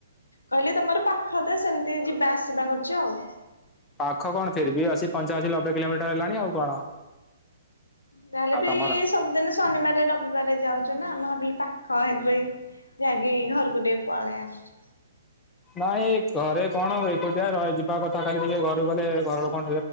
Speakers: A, on the left; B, on the left.
A: କହିଲି ତମର ପାଖ ବଧେ ତ ସେମିତି ଯିବା ଆସିବା କରୁଛ ଆଉ।
B: ପାଖ କଣ ଫିର୍ ବି ଅଶୀ ପଞ୍ଚାଅଶୀ ଲବେ କିଲୋମିଟର ହେଲାଣି ଆଉ କଣ।
A: ଯାହା ହେଲେ
B: ଆଉ
A: ବି
B: ତମର?
A: ସବୁଦିନ ଶନିବାର ରବିବାର ଯାଉଛ ନା ଆମ ଭାବିଲି ପାଖ ହେବ ଯାଇକି ଘରକୁ ଟିକେ ପଳେଇ ଆସି
B: ନାଇଁ ଘରେ କଣ ହୁଏ ଏକୁଟିଆ ରଇ ଯିବା କଥା ଖାଲି ଟିକେ ଘରୁ ଗଲେ ଘରଲୋକ